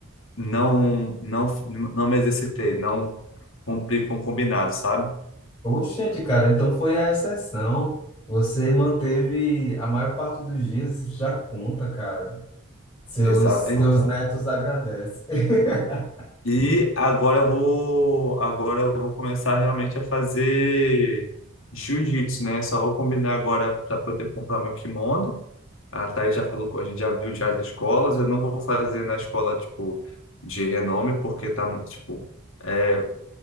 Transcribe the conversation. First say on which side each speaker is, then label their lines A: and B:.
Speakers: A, on the left; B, on the left.
A: não, não, não me exercitei, não cumpri com o combinado, sabe?
B: Oxente, cara, então foi a exceção. Você manteve a maior parte dos dias, isso já conta, cara. Seus,
A: Exato, então.
B: seus netos agradecem. <laughs>
A: E agora eu vou, agora eu vou começar realmente a fazer jiu-jitsu, né? Só vou combinar agora para poder comprar meu kimono. A Thaís já falou, com- a gente já viu já as escolas, eu não vou fazer na escola, tipo, de renome, porque tá, muito, tipo, é,